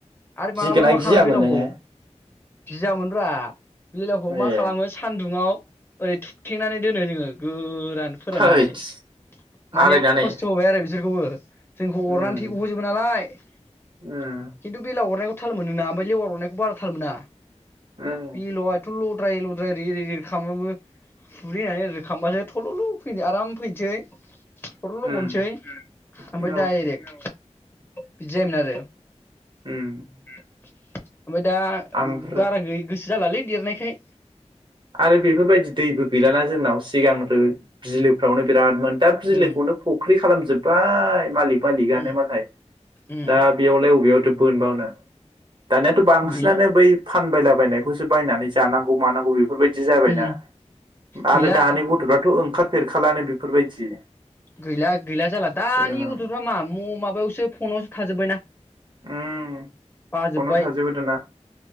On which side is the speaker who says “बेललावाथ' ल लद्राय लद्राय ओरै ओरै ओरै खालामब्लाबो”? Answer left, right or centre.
Left